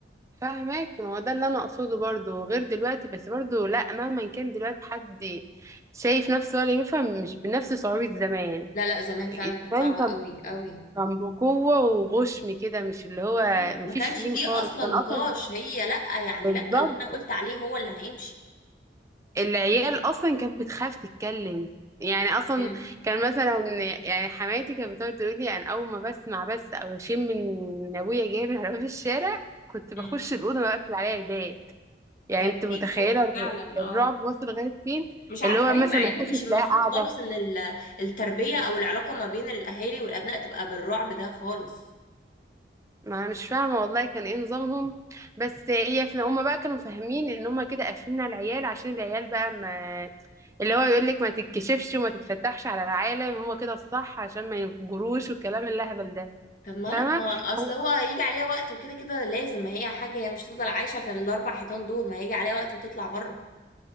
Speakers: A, on the right; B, on the left.
A: فاهمك ما هو ده اللي انا اقصده برضو غير دلوقتي بس برضو لا مهما كان دلوقتي حد شايف نفسه ولا بيفهم مش بنفس صعوبة زمان
B: لا لا زمان فعلا كانت
A: زمان
B: صعبة
A: كان
B: قوي قوي
A: كان بقوة وغشم كده مش اللي هو
B: مم.
A: مفيش
B: ما كانش
A: لين
B: فيه
A: خالص
B: اصلا
A: كان
B: نقاش
A: اصلا
B: هي لا يعني
A: بالظبط
B: لا اللي انا قلت عليه هو اللي هيمشي
A: العيال اصلا كانت بتخاف تتكلم يعني اصلا
B: مم.
A: كان مثلا يعني حماتي كانت بتقعد تقول لي انا اول ما بسمع بس او اشم من ابويا جاي من على باب الشارع كنت بخش
B: مم.
A: الاوضه بقفل عليا الباب يعني
B: كان
A: انت
B: في
A: متخيله
B: خوف
A: الر-
B: فعلا
A: الرعب
B: اه
A: وصل لغايه فين
B: مش عارفة
A: اللي هو
B: ليه
A: مثلا
B: ليه مع
A: ما
B: ان
A: يخشش
B: مش المفروض
A: لا قاعده
B: خالص ان ال- التربية او العلاقة ما بين الاهالي والابناء تبقى بالرعب ده خالص
A: ما أنا مش فاهمة والله كان ايه نظامهم بس هي في هما بقى كانوا فاهمين ان هما كده قافلين على العيال عشان العيال بقى ما اللي هو يقول لك ما تتكشفش وما تتفتحش على العالم هو كده الصح عشان ما يفجروش والكلام اللهبل ده
B: طب ما
A: فاهمه
B: لا ما اصل
A: هو
B: هو هيجي عليها وقت وكده كده لازم ما هي حاجه هي مش تفضل عايشه في الاربع حيطان دول ما هيجي عليها وقت وتطلع بره